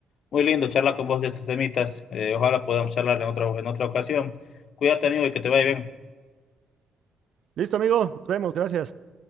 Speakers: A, on the left; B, on the right.
A: muy lindo charlar con vos de estos temitas. Eh, ojalá podamos charlar en otra, en otra ocasión. Cuídate, amigo, y que te vaya bien.
B: Listo, amigo, nos vemos, gracias.